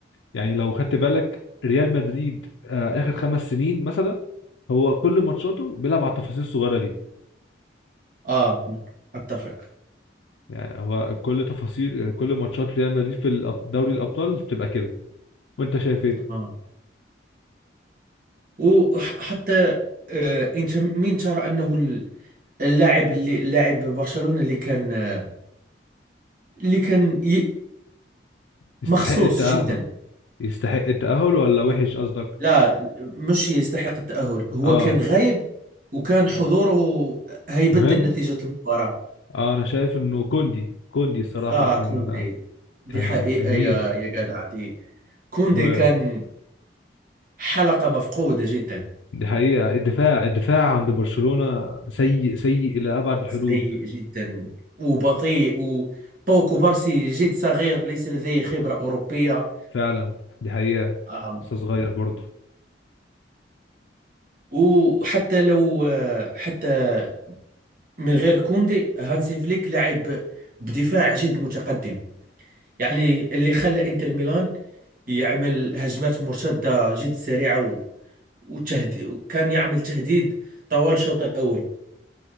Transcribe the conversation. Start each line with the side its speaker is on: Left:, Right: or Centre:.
Left: يعني لو خدت بالك ريال مدريد آه، اخر خمس سنين مثلا هو كل ماتشاته بيلعب على التفاصيل الصغيره دي
Right: آه أتفق
Left: يعني هو كل تفاصيل كل ماتشات ريال مدريد في الأب- دوري الابطال بتبقى كده وانت شايف ايه
Right: آه وحتى آه أنت مين ترى أنه ال- اللاعب اللي لاعب برشلونة اللي كان آه، اللي كان ي...
Left: يستحق
Right: مخصوص
Left: التاهل
Right: جدا
Left: يستحق التاهل ولا وحش قصدك
Right: لا مش يستحق التأهل هو
Left: اه
Right: كان غايب وكان حضوره هيبدل
Left: مهم
Right: نتيجة المباراة
Left: اه انا شايف انه كوندي كوندي الصراحه
Right: آه
Left: كان
Right: كوندي دي
Left: كان
Right: حقيقة
Left: جميل
Right: يا يا جدع دي كوندي
Left: ودي
Right: كان حلقة مفقودة جدا
Left: حقيقه الدفاع الدفاع عند برشلونه سيء سيء الى ابعد الحدود
Right: سيء جدا وبطيء وبوكو بارسي جد صغير ليس لديه خبرة أوروبية
Left: فعلا دي حقيقه
Right: أم،
Left: لسه صغير برضه
Right: وحتى لو آه، حتى من غير كوندي هانسي فليك لعب بدفاع جد متقدم يعني اللي خلى انتر ميلان يعمل هجمات مرتدة جد سريعة و- وتهدي وكان يعمل تهديد طوال الشوط الأول